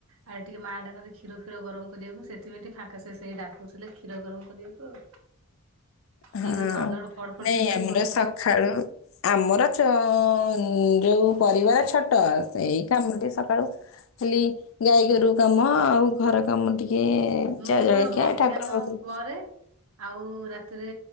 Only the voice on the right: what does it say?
ଆଡେ ଟିକେ ମା ଡାକନ୍ତି କ୍ଷୀର ଫିର ଗରମ କରିବାକୁ ସେଥିପାଇଁ ଟିକେ ଫାଙ୍କ ଅବିକା ସେ ସେଇ ଡାକୁଥିଲେ କ୍ଷୀର ଗରମ କରିବାକୁ ଆଉ। ସେଇଥିପାଇଁ
ଧଡ ଧଡ ଫଡ଼ ଫଡ଼
ସେ ସେଇ
କରୁଥିଲେ।
ମୁଁ
କଣ ମଧ୍ୟାହ୍ନ
ପରେ ଆଉ ରାତିରେ